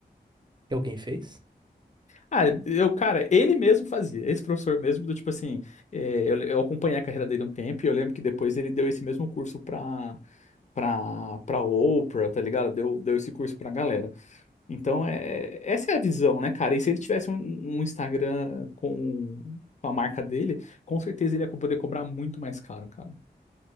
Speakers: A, on the right; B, on the left.
A: E alguém fez?
B: Ah, eu, cara, ele mesmo fazia, esse professor mesmo, do tipo assim, é, eu, eu acompanhei a carreira dele um tempo e eu lembro que depois ele deu esse mesmo curso pra, pra, pra Oprah, tá ligado? Deu, deu esse curso pra galera. Então, é, essa é a visão, né, cara? E se ele tivesse um, um Instagram com, com a marca dele, com certeza ele ia poder cobrar muito mais caro, cara.